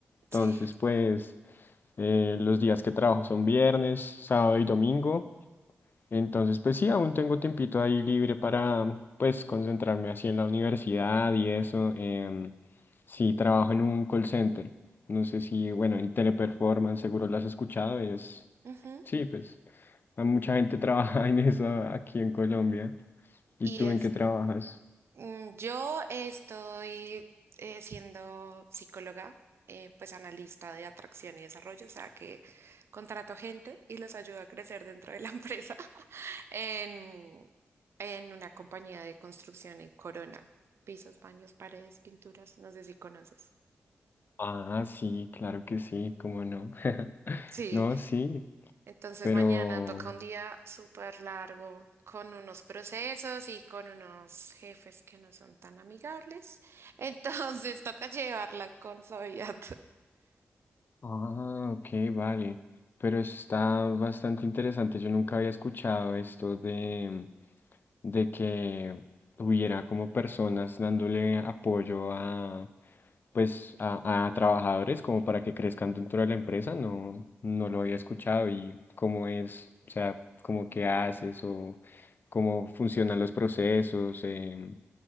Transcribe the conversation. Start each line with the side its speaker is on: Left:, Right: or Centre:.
Left: Entonces,
Right: Sí.
Left: pues, eh, los días que trabajo son viernes, sábado y domingo. Entonces, pues sí, aún tengo tiempito ahí libre para, pues, concentrarme así en la universidad y eso. em, sí, trabajo en un call center. No sé si, bueno, en Teleperformance seguro lo has escuchado. Es,
Right: ujú.
Left: sí, pues, a mucha gente <laughs> trabaja en eso aquí en Colombia. ¿Y
Right: Y
Left: tú
Right: es
Left: en qué trabajas?
Right: Mm, Yo estoy eh, siendo psicóloga, eh, pues analista de atracción y desarrollo, o sea que contrato gente y los ayudo a crecer dentro de la <laughs> empresa en, en una compañía de construcción en Corona. Pisos, baños, paredes, pinturas, no sé si conoces.
Left: Ah, sí, claro que sí, cómo no. <laughs>
Right: Sí.
Left: No, sí,
Right: Entonces
Left: pero...
Right: mañana toca un día súper largo con unos procesos y con unos jefes que no son tan amigables. Entonces <laughs> toca llevarla con suavidad.
Left: Ah, ok, vale. Pero eso está bastante interesante. Yo nunca había escuchado esto de, de que hubiera como personas dándole apoyo a, pues, a, a trabajadores como para que crezcan dentro de la empresa. No, no lo había escuchado y cómo es, o sea, como qué haces o cómo funcionan los procesos. em,